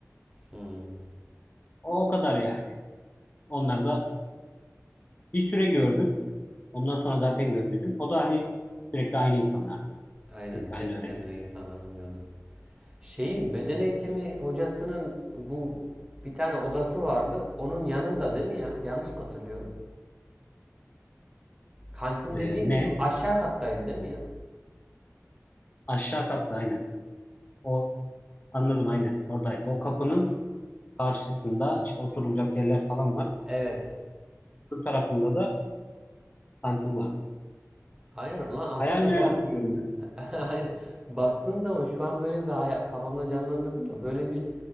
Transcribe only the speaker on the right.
Hmm.
Aynen
kendi
kendine insanlar oynuyordu. Şeyin beden eğitimi hocasının bu bir tane odası vardı. Onun yanında değil mi ya? Yanlış mı hatırlıyorum? Kantin
dediğim
bizim aşağı kattaydı değil mi ya?
Evet.
Aynen lan aslında
bak
<laughs> baktığın zaman şu an böyle bir hayal, kafamda canlandırdım da böyle bir